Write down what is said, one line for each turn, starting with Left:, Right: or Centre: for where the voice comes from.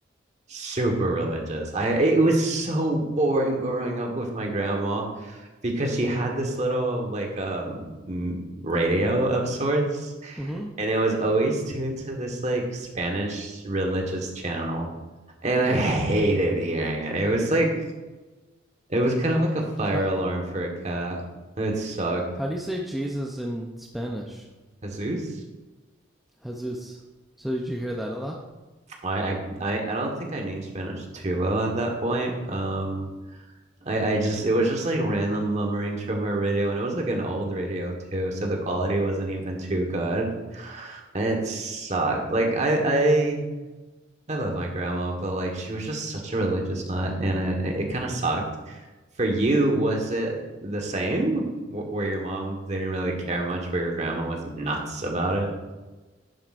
Right: super religious. I it was so boring growing up with my grandma because she had this little like um radio of sorts
Centre: Mm-hmm.
Right: and it was always tuned to this like Spanish religious channel. And I
Centre: <laughs>
Right: hated
Centre: wow.
Right: hearing it. It was like it was kind of like a fire
Centre: How,
Right: alarm for a cat. It sucked.
Centre: how do you say Jesus in Spanish?
Right: Jesus.
Centre: Jesus. So did you hear that a lot?
Right: I I I I don't think I knew Spanish too well at that point. Um I I just it was just like random mummerings from her radio, and it was like an old radio too, so the quality wasn't even too good, and it sucked. Like I I I love my grandma, but like she was just such a religious nut, and it it kind of sucked. For you, was it the same? Wh- Where your mom didn't really care much, where your grandma was nuts about it?